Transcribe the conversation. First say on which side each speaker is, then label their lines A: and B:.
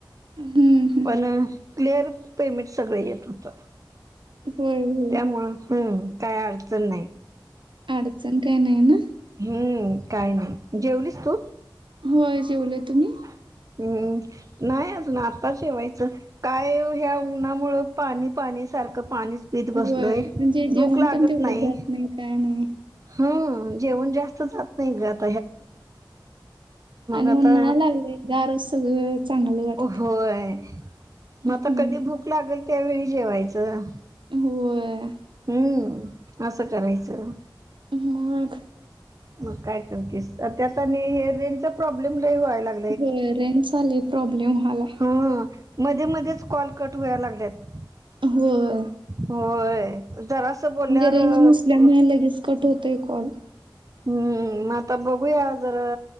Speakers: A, on the right; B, on the right.
A: हम्म हम्म.
B: पण क्लिअर पेमेंट सगळं येतं होतं.
A: होय होय.
B: त्यामुळं, हम्म... काय अडचण नाही.
A: अडचण काही नाहीना.
B: हम्म.. काय नाही, जेवलीस तू?
A: होयं.... जेवले, तुम्ही?
B: हम्म... नाही अजून आत्ताच जेवायचं. काय ह्या उन्हामुळं पाणी पाणी सारखं पाणी पीत बसलोयं,
A: होय. म्हणजे जेवण
B: भूक लागत
A: पण तेवढं
B: नाही.
A: जात काय नाही.
B: हम्म.. जेवण जास्त जात नाही आत
A: आणि
B: आता
A: उन्हाळा लागलायं गारचं सगळं चांगलं वाटते.
B: होययं... मग
A: हम्म.
B: आता कधी भूक लागेल त्यावेळी जेवायचं.
A: होयं...
B: हम्म.. असं करायचं.
A: मग.
B: मग काय करतेस, सध्या तर हे रेंजचा प्रॉब्लेम लयं व्हायला लागलायं.
A: हम्म रेंज चा लयं प्रॉब्लेम व्हालायं.
B: हा मध्ये मध्येच कॉल कट व्हायाला लागल्यात.
A: होयं.
B: होय जरा असं बोलल्यावर
A: रेंज नसल्यामुळे लगेच कट होतेयं कॉल.
B: हम्म... आता बघूया जरा